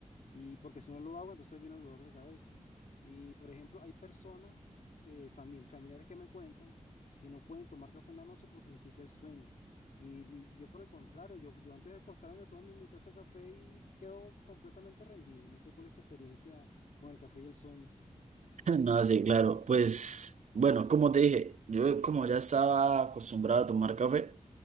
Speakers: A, on the left; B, on the right.
A: Y porque si no lo hago, entonces viene el dolor de cabeza. Y por ejemplo, hay personas, eh, famil- familiares que me cuentan que no pueden tomar café en la noche porque les quita el sueño. Y, y yo por el contrario, yo, yo antes de acostarme me tomo mi, mi taza de café y quedo completamente rendido. No sé cuál es tu experiencia con el café y el sueño.
B: <laughs> No, sí, claro. Pues bueno, como te dije, yo como ya estaba acostumbrado a tomar café,